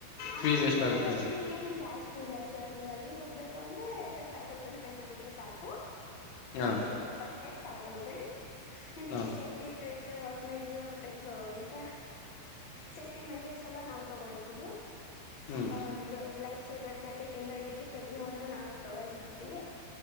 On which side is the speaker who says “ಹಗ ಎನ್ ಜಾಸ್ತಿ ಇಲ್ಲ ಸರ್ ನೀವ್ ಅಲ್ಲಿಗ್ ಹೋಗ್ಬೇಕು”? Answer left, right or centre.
Left